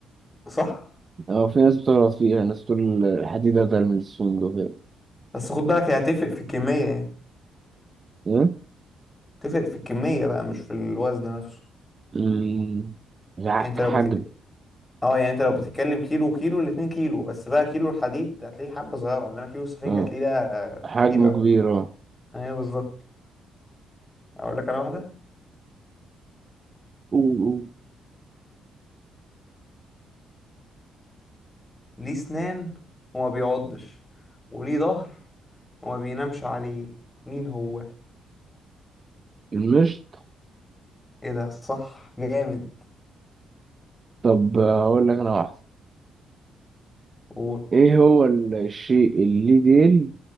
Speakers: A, on the left (about 20°); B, on the right (about 35°).
A: صح
B: اه في ناس بتغلط فيها ناس تقول الحديد اتقل من الاسفنج وكده
A: بس خد بالك هي هتفرق في الكمية يعني
B: ايه
A: تفرق في الكمية بقى مش في الوزن نفسه
B: مم، لا
A: يعني انت
B: حجم
A: لو بت... اه يعني انت لو بتتكلم كيلو وكيلو الاتنين كيلو بس بقى كيلو الحديد هتلاقيه حبة صغيرة انما كيلو السفنج
B: اه
A: هتلاقيه ده آه،
B: حجمه
A: كتير اوي
B: كبير اه
A: ايوه بالظبط اقول لك انا واحدة
B: أوه، أوه.
A: ليه سنان وما بيعضش وليه ظهر وما بينامش عليه مين هو
B: المشط
A: ايه ده صح جامد
B: طب آه، هقول لك انا واحدة
A: هو
B: ايه هو ال- الشيء اللي ديل